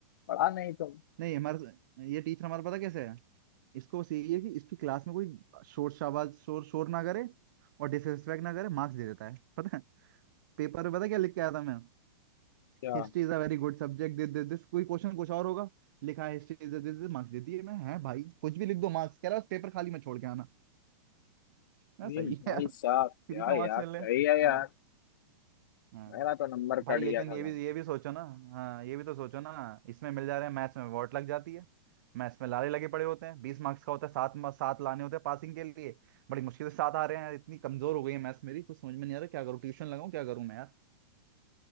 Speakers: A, on the left; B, on the right.
A: पढ़ा नहीं तो
B: नहीं हमारा ये टीचर हमारा पता कैसे है इसको बस यही है कि इसकी क्लास में कोई शोर शाबाज शोर शोर ना करे और डिसरिस्पेक्ट ना करे मार्क्स दे देता है पता है पेपर में पता क्या लिख के आया था मैं
A: क्या
B: History is a very good subject this this this कोई क्वेश्चन कुछ और होगा लिखा है history is this this marks दे दिए मैं है भाई कुछ भी लिख दो मार्क्स कह रहा है, बस पेपर खाली में छोड़ के आना मैं सही
A: ये भाई
B: है यार
A: साहब
B: फ्री
A: क्या
B: के मार्क्स
A: यार
B: मिल
A: सही
B: रहे हैं।
A: है यार
B: हाँ हाँ
A: मेरा तो नंबर
B: भाई
A: कट
B: लेकिन
A: गया था
B: ये
A: भाई
B: भी ये भी सोचो ना हाँ ये भी तो सोचो ना इसमें मिल जा रहे हैं मैथ्स में वॉट लग जाती है मैथ्स में लारे लगे पड़े होते हैं बीस मार्क्स का होता है सात मा- सात लाने होते हैं पासिंग के लिए बड़ी मुश्किल से सात आ रहे हैं यार इतनी कमजोर हो गई है मैथ्स मेरी कुछ समझ में नहीं आ रहा क्या करूँ ट्यूशन लगाऊं क्या करूँ मैं यार